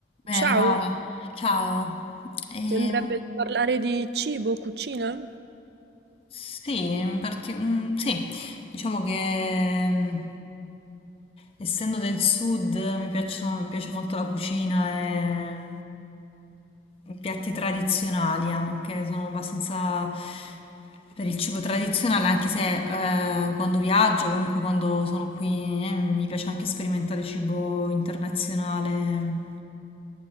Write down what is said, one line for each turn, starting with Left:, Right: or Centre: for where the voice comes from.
Left: Bene,
Right: Ciao,
Left: Mara, ciao. Ehm,
Right: ti andrebbe di parlare di cibo, cucina?
Left: sì, in parti- mm, sì, diciamo che mm, essendo del sud mi piacciono- mi piace molto la cucina e mm, i piatti tradizionali anche, sono abbastanza per il cibo tradizionale, anche se eh, quando viaggio, comunque quando sono qui, eh, mi piace anche sperimentare cibo internazionale.